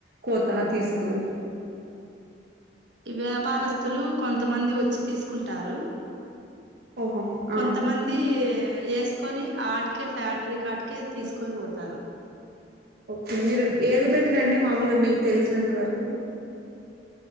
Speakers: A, on the right; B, on the right.
A: కోత తీసుకొని
B: ఈ వ్యాపారస్తులు కొంతమంది వచ్చి తీసుకుంటారు
A: ఓహో
B: కొంతమంది
A: ఆ
B: మంది వేసుకొని ఆటికే ఫ్యాక్టరీ కాటికే తీసుకొని పోతారు
A: ఓకే మీరు ఏది బేట రండి మాముూలుగా మీకు తెలిసినంత వరకు